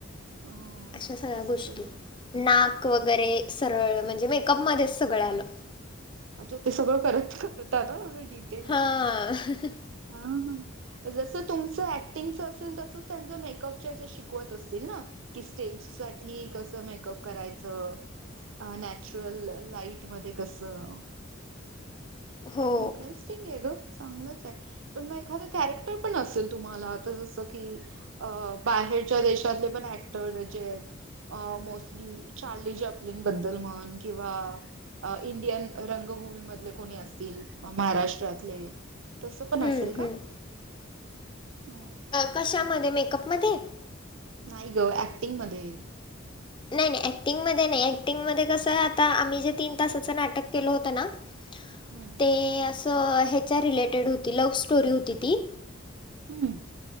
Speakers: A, on the right; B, on the left.
A: अ
B: अशा सगळ्या
A: असं
B: गोष्टी
A: सगळं.
B: नाक वगैरे
A: हं.
B: सरळ म्हणजे मेक कअप मध्येच सगळं आलं.
A: अच्छा! ते सगळं करता करताना. एवढं डिटेली
B: हां
A: हा ह जसं तुमचं ऍक्टिंगच असेल. तसं त्यां मेकअप च्याजा शिकवत असतील. ना की स्टेज साठी कस मेकअप करायच. हो नॅचरल लाईट मघ्ये कसं
B: हो
A: इंटरेस्टिंग आहे गं! चांगलंच आहे. पण मग एखादं कॅरेक्टर पण असेल. तुम्हाला आता जसं की! अ बाहेरच्या देशातले पण ऍक्टर जे आहेत. मोस्टली चार्ली जपली बद्दल म्हण किंवा? इंडियन रंगभूमी मधले कोणी असतील. महाराष्ट्रातले तसं पण
B: हम्म,
A: असेल का?
B: हम्म.
A: अ,
B: कशामध्ये मेकअप मध्ये?
A: नाही गं ऍक्टिंग मध्ये!
B: नाही नाही. ऍक्टिंगमध्ये नाही ऍक्टिंगमध्ये कसं आता आम्ही जे तीन तासाचं नाटक केलं होतं ना! ह <inaudible>
A: हम्म
B: ते असं ह्याच्या रिलेटेड होती. लव्ह स्टोरी होती. ती
A: हम्म